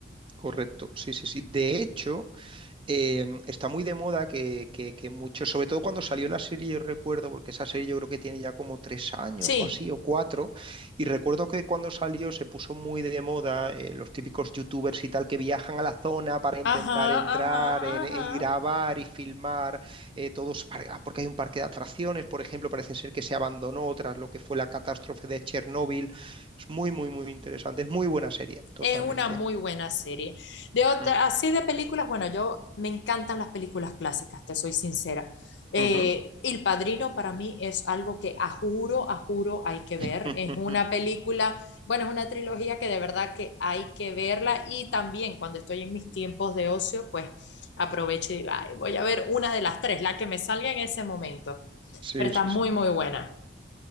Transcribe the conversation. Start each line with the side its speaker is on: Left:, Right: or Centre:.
Right: correcto, sí, sí, sí. De hecho, eh, está muy de moda que, que, que mucho, sobre todo cuando salió la serie, yo recuerdo, porque esa serie yo creo que tiene ya como tres años
Left: Sí.
Right: o así, o cuatro, y recuerdo que cuando salió se puso muy de moda eh, los típicos youtubers y tal que viajan a la zona para intentar
Left: Ajá,
Right: entrar
Left: ajá,
Right: en- eh, y grabar y filmar eh, todos, par- ah, porque hay un parque de atracciones, por ejemplo, parece ser que se abandonó tras lo que fue la catástrofe de Chernóbil. Es muy, muy, muy interesante, es muy buena serie, totalmente.
Left: Es una muy buena serie. De otra,
Right: Mm.
Left: así de películas, bueno, yo me encantan las películas clásicas, te soy sincera. Eh,
Right: Ujú.
Left: El Padrino para mí es algo que a juro, a juro hay que ver.
Right: <laughs>
Left: Es una película, bueno, es una trilogía que de verdad que hay que verla y también cuando estoy en mis tiempos de ocio, pues aprovecho y digo, "Ay, voy a ver una de las tres, la que me salga en ese momento.
Right: Sí,
Left: Pero está
Right: sí,
Left: muy,
Right: sí.
Left: muy buena.